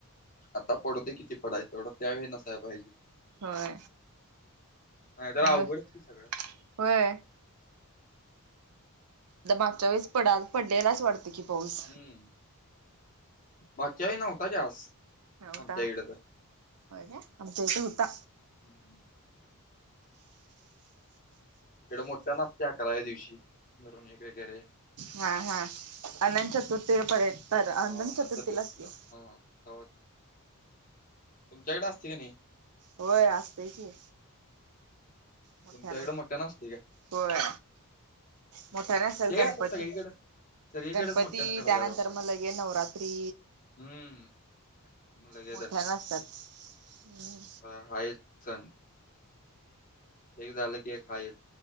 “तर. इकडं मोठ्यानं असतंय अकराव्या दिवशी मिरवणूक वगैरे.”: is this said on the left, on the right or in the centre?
Left